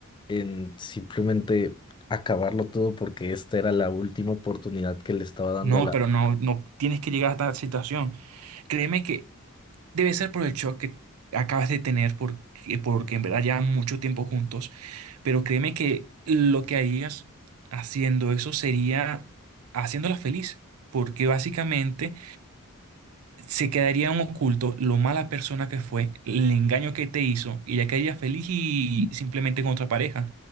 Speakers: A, on the left (about 20°); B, on the right (about 80°).
A: en simplemente acabarlo todo porque esta era la última oportunidad que le estaba dando
B: No,
A: a la...
B: pero no, no tienes que llegar a esta situación. Créeme que Debe ser por el shock que acabas de tener, porque, porque en verdad ya mucho tiempo juntos, pero créeme que lo que harías haciendo eso sería haciéndola feliz, porque básicamente se quedaría en oculto lo mala persona que fue, el engaño que te hizo, y ella quedaría feliz y simplemente con otra pareja,